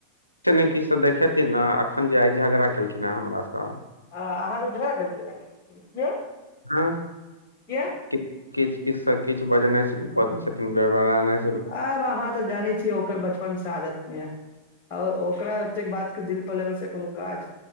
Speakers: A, on the left; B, on the left.
A: किछु न किछु त देखेथिन ने अखन जे आइ झगड़ा केलखिन हेन हमर सँ
B: हँ अहाँके झगड़ा कलेखिन किया
A: हुँ
B: किया
A: कि ककिछ सँ किछु बजनाइ शुरू कऽ दय छथिन बेरबड़ेनाय
B: आब अहाँ तऽ जाने छियै ओकर बच्च से आादत या आओर ओकरा ओतेक बात के दिल पर लेब से कोनो काज